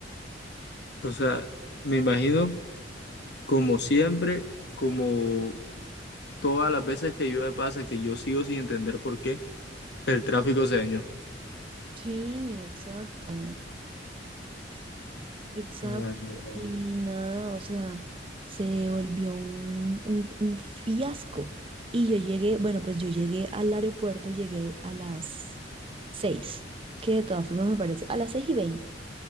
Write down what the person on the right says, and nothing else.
Sí, exacto. Exacto.
Y nada, o sea, se volvió un, un, un fiasco. Y yo llegué, bueno, pues yo llegué al aeropuerto, llegué a las seis que de todas formas me parece, a las seis y veinte